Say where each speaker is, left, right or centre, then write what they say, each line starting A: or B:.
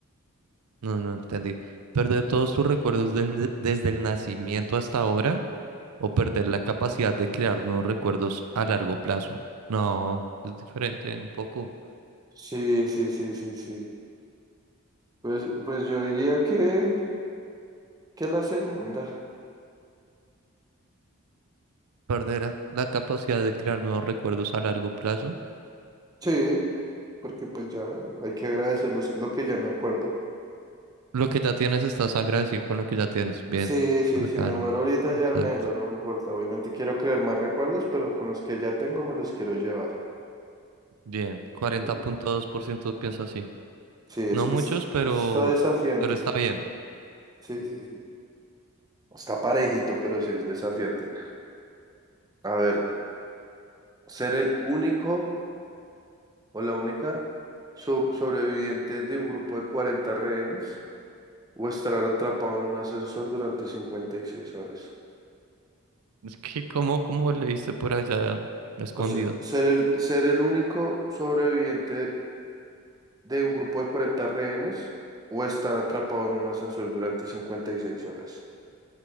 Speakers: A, on the right; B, on the right.
A: No, no entendí. Perder todos tus recuerdos del ne- desde el nacimiento hasta ahora o perder la capacidad de crear nuevos recuerdos a largo plazo. No, es diferente un poco.
B: Sí, sí, sí, sí, sí. Pues, pues yo diría que, que la segunda.
A: Perder a- la capacidad de crear nuevos recuerdos a largo plazo.
B: Sí, porque pues ya hay que agradecer los- lo que ya me acuerdo.
A: Lo que ya tienes, estás agradecido con lo que ya tienes. Bien,
B: Sí, sí,
A: bacano.
B: sí, me muero ahorita ya
A: Exacto.
B: me lo, no me importa. Obviamente quiero crear más recuerdos, pero con los que ya tengo me los quiero llevar.
A: Bien, cuarenta
B: Sí,
A: punto dos por ciento piensa así.
B: sí, es
A: No
B: que
A: muchos,
B: es-
A: pero,
B: está desafiante.
A: pero está bien. <laughs>
B: Sí, sí, sí. Está parejito, pero sí es desafiante. A ver, ser el único o la única so- sobreviviente de un grupo de 40 rehenes o estar atrapado en un ascensor durante 56 horas.
A: Es que, ¿cómo, cómo leíste por allá escondido?
B: O sea, ser el, ser el único sobreviviente de un grupo de 40 rehenes o estar atrapado en un ascensor durante 56 horas.